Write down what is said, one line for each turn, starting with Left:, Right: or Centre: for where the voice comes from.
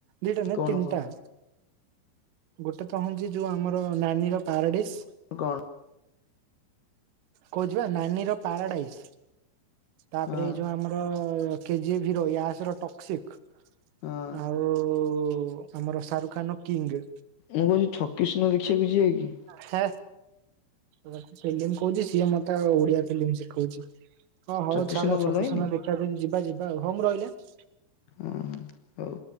Right: ଦିଟା ନୁହେଁ
Left: କଣ
Right: ତିନଟା।
Left: କଣ
Right: ଗୋଟେ ତ ହଉଚି ଯୋଉ ଆମର ନାନୀ ର ପାରାଡିସ୍।
Left: କଣ?
Right: କହୁଚି ବା ନାନୀର ପାରାଡାଇସ୍, ତାପରେ
Left: ହଁ।
Right: ଏଇ ଯୋଉ ଆମ ଅ, ଏ କେଜିଏଭ୍ ହିରୋ ୟାସ୍ ର ଟକ୍ସିକ୍,
Left: ହଁ
Right: ଆଉ ଆମର ଶାରୁଖାନ୍ ର କିଙ୍ଗ୍।
Left: ମୁଁ କହୁଚି ଛକି ଶୂନ ଦେଖିବାକୁ ଯିବା କି?
Right: ହେ, ମୁଁ ଫିଲ୍ମ କହୁଚି ସିଏ ମୋତେ ଆଉ ଓଡିଆ ଫିଲ୍ମ ଶିଖଉଛି। ହଁ ହଉ
Left: ଛକିଶୂନ
Right: ଛାଡ ଛକି
Left: ଭଲ ହେଇନି
Right: ଶୂନ ଦେଖିବା ଯଦି ଯିବା ଯିବା ଆଉ, ହଉ ମୁଁ ରହିଲି ଆଁ।
Left: ହଁ ହଉ।